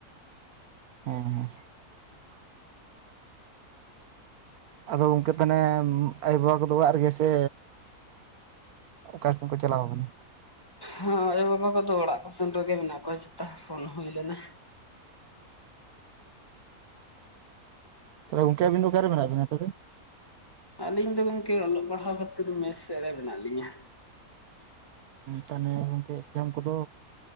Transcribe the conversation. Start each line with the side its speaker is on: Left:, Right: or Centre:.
Right: ᱦᱮᱸ ᱦᱮᱸ
Left: <inaudible>
Right: ᱟᱫᱚ ᱜᱚᱝᱠᱮ ᱛᱟᱱᱮ ᱟᱭᱳᱼᱵᱟᱵᱟ ᱠᱚᱫᱚ ᱚᱲᱟᱜ ᱨᱮᱜᱮ ᱥᱮ ᱚᱠᱟ ᱥᱮᱱ ᱠᱚ ᱪᱟᱞᱟᱣ ᱟᱠᱟᱱᱟ?
Left: ᱦᱳᱸ ᱟᱭᱳᱼᱵᱟᱵᱟ ᱠᱚᱫᱚ ᱚᱲᱟᱜ ᱥᱮᱱ ᱨᱮᱜᱮ ᱢᱮᱱᱟᱜ ᱠᱚᱣᱟ ᱡᱷᱚᱛᱚ, ᱯᱷᱳᱱ ᱦᱩᱭ ᱞᱮᱱᱟ᱾
Right: ᱛᱟᱵᱮ ᱜᱚᱝᱠᱮ ᱟᱹᱵᱤᱱ ᱫᱚ ᱚᱠᱟ ᱨᱮ ᱢᱮᱱᱟᱜ ᱵᱮᱱᱟ ᱛᱚᱵᱮ
Left: ᱟᱹᱞᱤᱧ ᱫᱚ ᱜᱚᱝᱠᱮ ᱚᱞᱚᱜ ᱯᱟᱲᱦᱟᱣ ᱠᱷᱟᱹᱛᱤᱨ ᱢᱮᱥ ᱥᱮᱜ ᱨᱮ ᱢᱮᱱᱟᱜ ᱞᱤᱧᱟᱹ᱾
Right: ᱛᱟᱱᱮ ᱜᱚᱝᱠᱮ ᱮᱠᱡᱟᱢ ᱠᱚᱫᱚ